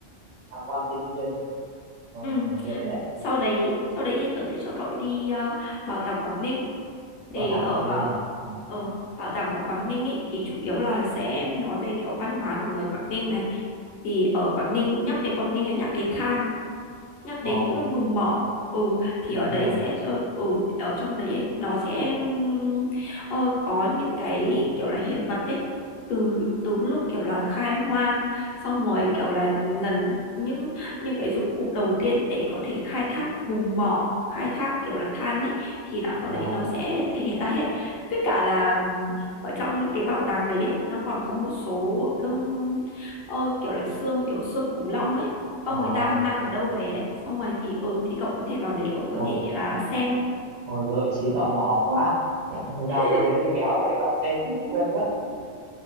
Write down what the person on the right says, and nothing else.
tham quan thiên nhiên Ờ,
được đấy
bảo tàng
Quảng Ninh
Ờ,
wow
đúng
rồi
wow
wow
thôi
Hồi gợi trí tò mò quá. <laughs>
Đau thế thì kéo về bắt xe xuống luôn mất.